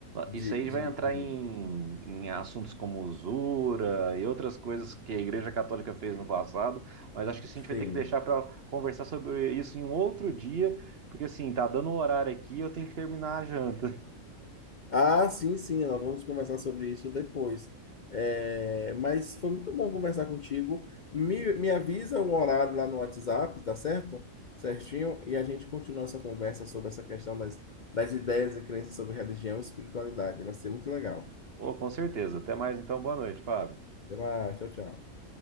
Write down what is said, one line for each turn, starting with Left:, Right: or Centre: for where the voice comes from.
Left: de,
Right: Isso aí
Left: de,
Right: vai entrar
Left: de...
Right: em, em assuntos como usura e outras coisas que a Igreja Católica fez no passado, mas acho que isso
Left: Sim.
Right: a gente vai ter que deixar para conversar sobre isso em um outro dia, porque assim, tá dando o horário aqui, e eu tenho que terminar a janta. <laughs>
Left: Ah, sim, sim, nós vamos conversar sobre isso depois. É, mas foi muito bom conversar contigo. Me, me avisa o horário lá no WhatsApp, tá certo? Certinho, e a gente continua essa conversa sobre essa questão das, das ideias e crenças sobre religião e espiritualidade. Vai ser muito legal.
Right: Oh, com certeza. Até mais então, boa noite, Fábio.
Left: Até mais, tchau, tchau.